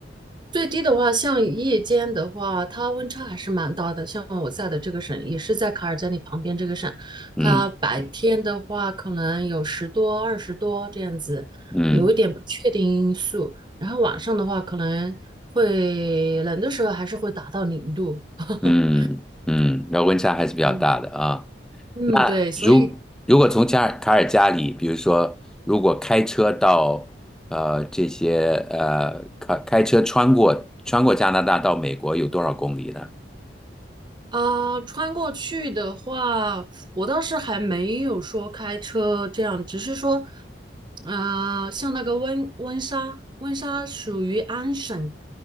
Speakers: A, on the right; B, in the centre.
A: 最低的话，像夜间的话，它温差还是蛮大的。像我在的这个省，也是在卡尔加里旁边这个省，
B: 嗯
A: 它白天的话可能有十多、二十多这样子，
B: 嗯
A: 有一点不确定因素。然后晚上的话，可能会冷的时候还是会达到零度。<laughs>
B: 嗯嗯，那温差还是比较大的啊。
A: 嗯嗯，
B: 那如如果从加尔卡尔加里，
A: 对，所以
B: 比如说如果开车到呃这些呃开开车穿过穿过加拿大到美国有多少公里呢？
A: 啊，穿过去的话，我倒是还没有说开车这样，只是说，啊，像那个温温莎，温莎属于安省，